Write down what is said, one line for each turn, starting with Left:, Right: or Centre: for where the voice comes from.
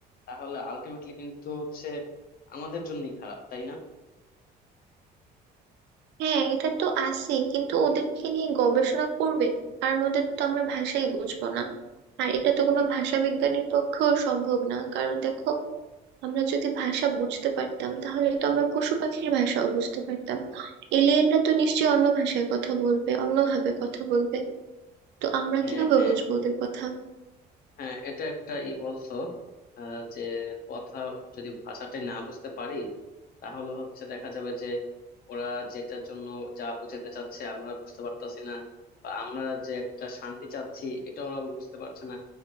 Left: তাহলে আলটিমেটলি কিন্তু হচ্ছে আমাদের জন্যই খারাপ তাই না
Right: হ্যাঁ এটা তো আছেই কিন্তু ওদেরকে নিয়ে গবেষণা করবে আর ওদের তো আমরা ভাষাই বুঝবো না আর এটা তো কোনো ভাষা বিজ্ঞানীর পক্ষেও সম্ভব না কারণ দেখো আমরা যদি ভাষা বুঝতে পারতাম তাহলে তো আমরা পশু পাখির ভাষাও বুঝতে পারতাম এলিয়েনরা তো নিশ্চয়ই অন্য ভাষায় কথা বলবে অন্যভাবে কথা বলবে তো আমরা
Left: হ্যাঁ
Right: কিভাবে
Left: হ্যাঁ
Right: বুঝবো ওদের কথা
Left: হ্যাঁ এটা একটা ই বলছো আহ, যে কথা যদি ভাষাটাই না বুঝতে পারি তাহলে হচ্ছে দেখা যাবে যে ওরা যেটার জন্য যা বুঝাতে চাচ্ছে আমরা বুঝতে পারতাছি না বা আমরা যে একটা শান্তি চাচ্ছি এটা ওরা বুঝতে পারছে না